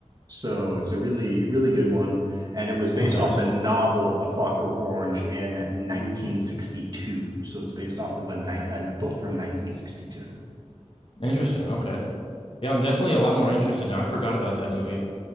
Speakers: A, on the right (about 35°); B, on the left (about 50°).
A: so it's a really really good one, and it was based
B: Oh, nice.
A: off the novel A Clockwork Orange in 1962. So it's based off of a, ni- a book from 1962.
B: Interesting. Okay. Yeah, I'm definitely a lot more interested now. I forgot about that movie.